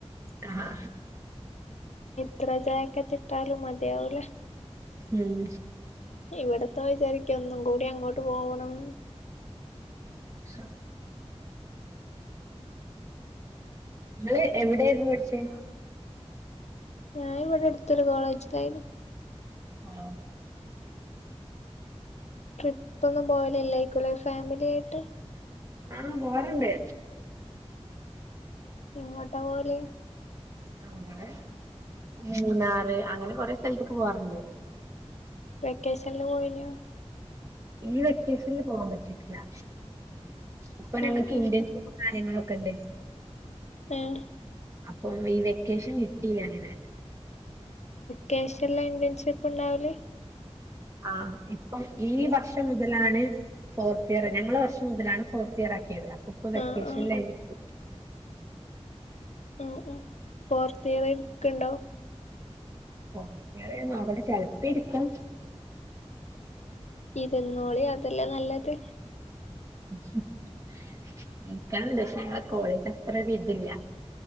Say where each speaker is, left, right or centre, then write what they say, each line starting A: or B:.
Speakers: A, on the right; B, on the left.
A: ആഹ
B: ത്ര ജായക്കറ്റ് ട്ടാലും മതിആവൂല
A: ഹും
B: ഇവിടത്തെ വിചാരിക്ക ഒന്നും കൂടി അങ്ങോട്ട് പോവണം
A: ഷ ഇങ്ങള് എവിടൊയിരുന്നു പഠ്ച്ചേ
B: ഞാൻ ഇവിടെ അടുത്തൊരു കോളേജിലായിരുന്നു
A: ആഹ
B: ട്രിപ്പൊന്നുംപോവലല്ലേക്കു ലെ ഫാമിലി ആായിട്ട്
A: ആഹ് പോരണ്ട്
B: എങ്ങോട്ട പോലെ
A: ഞങ്ങള് മൂന്നാറ് അങ്ങനെ കൊറെ സ്ഥലത്ത്ക്ക് പോവാറ്ണ്ട്
B: വെക്കേഷൻില് പോയി നോ
A: ഈ വ്യക്കേഷൻല് പോവാാൻ പറ്റിട്ടില്ല ഇപ്പൊ ഞങ്ങൾക്ക്
B: ഉം ഉം
A: ഇറ്റ്വൻ കാര്യങ്ങളൊക്ക കണ്ടെ
B: ആഹ
A: അപ്പം ഈ വെക്കേഷൻ കിട്ടിയില്ല ങ്ങനെ
B: ക്യാഷ്ല്ല ഇൻവൺഷിപ്പ് ഉണ്ടാവല്
A: ആ ഇപ്പം ഈ വർഷം മുതലാണ് ഫോർത്ത് ഇയർ ഞങ്ങള് വർഷം മുതലാണ് ഫോർത്ത് ഇയർ ആക്കിയത് ഇപ്പൊ വെക്കേഷൻിലായിരിക്കും
B: ആഹ് ആഹ് ആ ഉ ഫോർത്ത് ഇയർക്ക ഉണ്ടോ
A: ഫോർത്തിയർ നോക്കട്ടെ ചിലപ്പോ ഇരിക്കും
B: ഇരുന്നോളി അതെല്ലെ നല്ലത്
A: ഹ് ഹ് ഇരിക്കേനി പക്ഷേ ഞങ്ങള കോളേജ് അത്ര ഒരു ഇതില്ല